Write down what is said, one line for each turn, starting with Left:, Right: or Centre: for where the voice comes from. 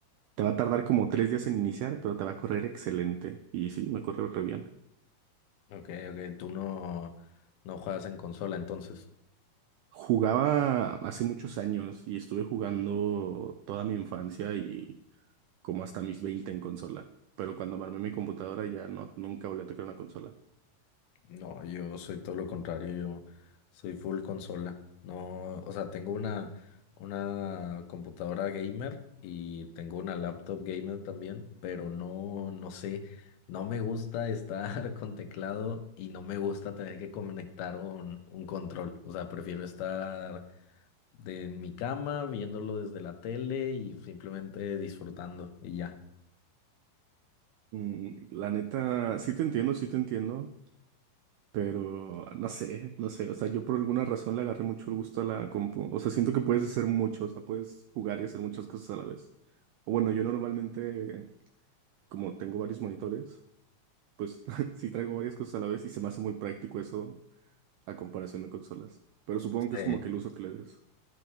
Right: Te va a tardar como tres días en iniciar, pero te va a correr excelente. Y sí, me corre re bien.
Left: Ok, ok, tú no, no juegas en consola entonces.
Right: Jugaba hace muchos años y estuve jugando toda mi infancia y como hasta mis 20 en consola. Pero cuando armé mi computadora ya no, nunca volví a tocar una consola.
Left: No, yo soy todo lo contrario, yo soy full consola. No, o sea, tengo una, una computadora gamer y tengo una laptop gamer también, pero no, no sé, no me gusta estar <laughs> con teclado y no me gusta tener que conectar un, un control. O sea, prefiero estar de- en mi cama viéndolo desde la tele y simplemente disfrutando y ya.
Right: Mm, La neta, sí te entiendo, sí te entiendo. Pero no sé, no sé. O sea, yo por alguna razón le agarré mucho el gusto a la compu. O sea, siento que puedes hacer mucho, o sea, puedes jugar y hacer muchas cosas a la vez. O bueno, yo normalmente, como tengo varios monitores, pues <laughs> sí traigo varias cosas a la vez y se me hace muy práctico eso a comparación de consolas. Pero supongo que
Left: Sí.
Right: es como que el uso que le des.